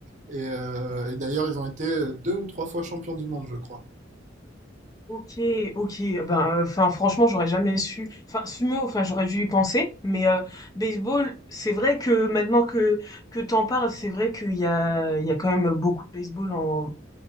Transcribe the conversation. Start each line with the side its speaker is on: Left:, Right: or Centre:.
Right: Et, euh, et d'ailleurs, ils ont été euh, deux ou trois fois champions du monde, je crois.
Left: Ok, ok. Ben, euh, enfin, franchement, j'aurais jamais su. Enfin, sumo, enfin, j'aurais dû y penser. Mais euh, baseball, c'est vrai que maintenant que que t'en parles, c'est vrai qu'il y a il y a quand même beaucoup de baseball en